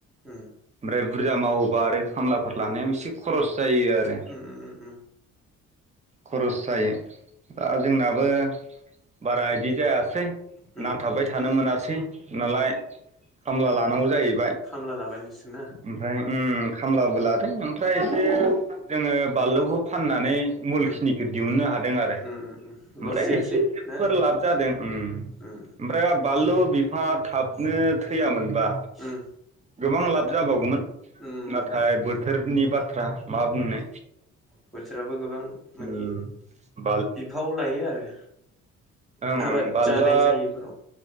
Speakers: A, in the centre; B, on the right.
A: उम
B: ओमफ्राय बुरजा मावोबा आरो खामलाफोर लानायाव एसे खर'स जायो आरो
A: उम उम उम उम।
B: खर'स जायो। दा जोंनाबो बारा इदि जाया सै,
A: उम
B: नांथाबबाय थानो मोनासै नालाय खामला लानांगौ
A: उम
B: जाहैबाय
A: खामला लाबाय नोंसोरना
B: ओमफ्राय उम। खामलाबो लाद दों ओमफ्राय
A: उम
B: एसे जोङो बालौखौ फाननानै मुलखिनिखो
A: उम
B: दिहुननो हादों आरो
A: उम उम उम
B: ओमफ्राय
A: लस जायासै
B: एसेफोर
A: ना
B: लाब जादों ओम
A: उम
B: ओमफ्राय आबा लौ बिफाङा थाबनो थैयामोन बा
A: उम
B: गोबां लाब जाबावगोमोन।
A: उम
B: नाथाय बोथोर नि बा थ्रा मा बुंनो।
A: बोथोराव बो गोबां माने
B: उम
A: बिफाव लायो आरो।
B: ओंं
A: आबाद
B: ओं बालुआ
A: जानाय जायैफोराव